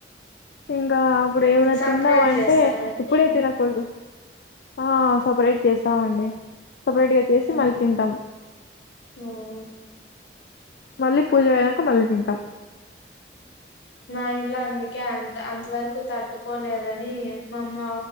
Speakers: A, on the left (about 60°); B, on the left (about 85°).
A: ఇంకా అప్పుడు
B: అండ్
A: ఏమనా
B: సపరేట్
A: తిందావా అంటే
B: చేస్తారండి
A: ఇప్పుడే తినకూడదు ఆ సపరేట్ చేస్తామండి సపరేట్ గా చేసి
B: ఉమ్
A: మళ్ళ తింటాం
B: ఉమ్
A: మళ్ళీ పూజ అయినాక మళ్ళీ తింటాం
B: మా ఇంట్లో అందుకే అంత అంతవరకు తట్టుకోలేరని మా అమ్మ